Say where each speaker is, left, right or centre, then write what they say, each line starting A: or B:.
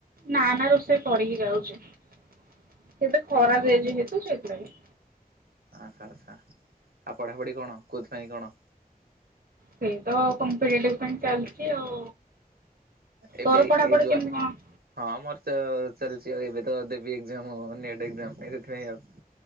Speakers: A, on the right (about 70°); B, on the right (about 85°).
A: ନା ନା ରୋଷେଇ କରିକି ଯାଉଛି ସେତ ଖରାପ
B: ଓହୋ
A: ହେଇଛି ତ ସେଇଥିଲାଗି।
B: ଆଚ୍ଛା ଆଚ୍ଛା। ଆଉ ପଢାପଢି କଣ କୋଉଥି ପାଇଁ କଣ?
A: ସେଇ ତ କମ୍ପିଟେଟିଭ ପାଇଁ ଚାଲିଛି ଆଉ
B: ଏବେ
A: ତୋର ପଢାପଢି
B: ଏଇ ଯୋଉ
A: କେମିତି କଣ?
B: ହଁ ମୋର ତ ଚାଲିଛି ଆଉ ଏବେ ତ ଦେବି ଏକ୍ସାମ ନେଟ ଏକ୍ସାମ ସେଥିପାଇଁ ଆଉ।